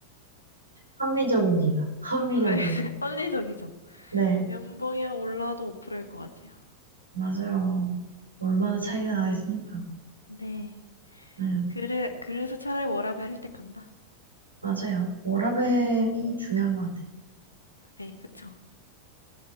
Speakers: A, on the right (about 80°); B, on the left (about 80°).
A: 합리적입니다. 합리적이에요.
B: 네, <laughs> 합리적이죠.
A: 네,
B: 연봉이 한 올라도 5%일 것 같아요.
A: 맞아요. 얼마나 차이가 나겠습니까?
B: 네.
A: 네,
B: 그래, 그래서 차라리 워라밸을 택한다.
A: 맞아요. 워라밸이
B: 응,
A: 중요한 것 같아요.
B: 네, 그쵸.